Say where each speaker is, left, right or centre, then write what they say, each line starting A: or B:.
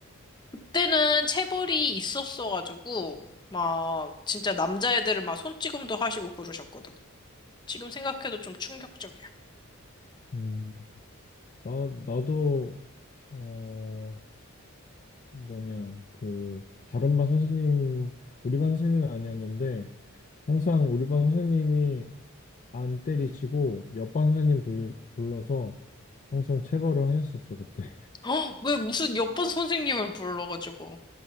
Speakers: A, on the left (about 20°); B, on the left (about 35°).
A: 그때는 체벌이 있었어가지고 막 진짜 남자애들은 막 손찌검도 하시고 그러셨거든. 지금 생각해도 좀 충격적이야.
B: 음, 나, 나도, 어, 뭐냐, 그, 다른 반 선생님, 우리 반 선생님은 아니었는데 항상 우리 반 선생님이 안 때리시고 옆반 선생님 불러, 불러서 항상 체벌을 하셨었어 그때 <laughs>
A: 헉, 왜 무슨 옆반 선생님을 불러가지고